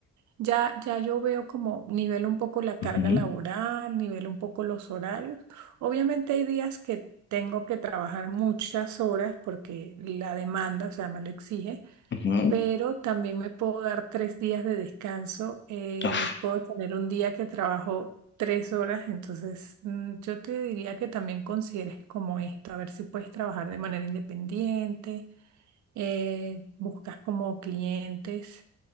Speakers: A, on the right (about 70°); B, on the left (about 40°).
A: Ya, ya yo veo como nivel un poco la carga
B: ujú,
A: laboral, nivel un poco los horarios. Obviamente hay días que tengo que trabajar muchas horas porque la demanda, o sea, me lo exige,
B: ujú.
A: pero también me puedo dar tres días de descanso. eh,
B: Uf.
A: puedo tener un día que trabajo tres horas, entonces mm, yo te diría que también consideres como esto, a ver si puedes trabajar de manera independiente, eh, buscas como clientes